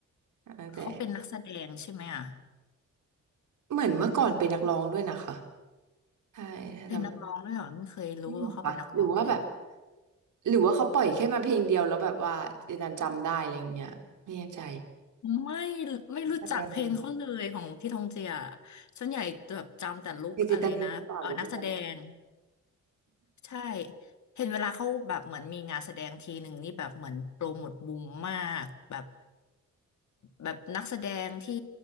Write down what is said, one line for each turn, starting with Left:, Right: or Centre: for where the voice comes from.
Right: ตั้งแต่
Left: เขาเป็นนักแสดงใช่ไหมอ่ะ
Right: เหมือนเมื่อก่อนเป็นนักร้องด้วยนะคะใช่ถ้าจำ
Left: เป็นนักร้องด้วยเหรอไม่เคยรู้ว่าเขาเป็นนักร้องเลย
Right: อืมเหรอค่ะหรือว่าแบบ หรือว่าเขาปล่อยแค่มาเพลงเดียวแล้วแบบว่าเจนนันจำได้อะไรอย่างเงี้ยไม่แน่ใจ
Left: ไม่ไม่รู้จักเพลงเขาเลยของพี่ทองเจีย
Right: แสดงเหรอ
Left: ส่วนใหญ่แบบจำแต่ลุคอะไรนะเออนักแสดง
Right: เจเจตลินหรือเปล่าหรือเจนิจัน
Left: ใช่เห็นเวลาเขาแบบเหมือนมีงานแสดงทีหนึ่งนี่แบบเหมือนโปรโมทบูมมากแบบแบบนักแสดงที่